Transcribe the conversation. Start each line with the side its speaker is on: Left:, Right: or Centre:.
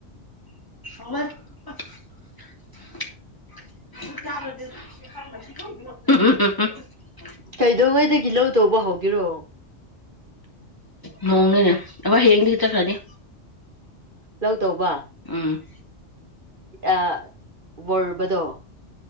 Left: ꯁꯋꯥꯥꯏ ꯎꯝ
Right: ꯀꯩꯗꯧꯉꯩꯗꯒꯤ ꯂꯧ ꯇꯧꯕ ꯍꯧ ꯒꯔꯣ
Left: ꯅꯣꯡꯅꯤꯅꯦ ꯑꯕ ꯍꯌꯦꯡꯗꯤ ꯈꯤꯇ ꯈꯔꯅꯤ
Right: ꯂꯧ ꯇꯧꯕ
Left: ꯎꯝ
Right: ꯑ ꯋꯥꯕꯗꯣ